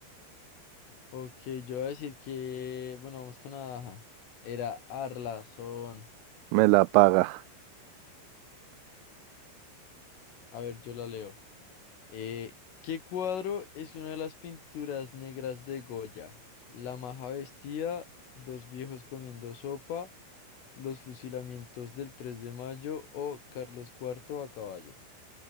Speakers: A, on the left (about 80°); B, on the right (about 90°).
A: Ok, yo voy a decir que, bueno, vamos con Abaja. Era Arlazón.
B: me la paga.
A: A ver, yo la leo. Eh, ¿qué cuadro es una de las pinturas negras de Goya? La maja vestida, dos viejos comiendo sopa, los fusilamientos del 3 de mayo o Carlos Cuarto a caballo.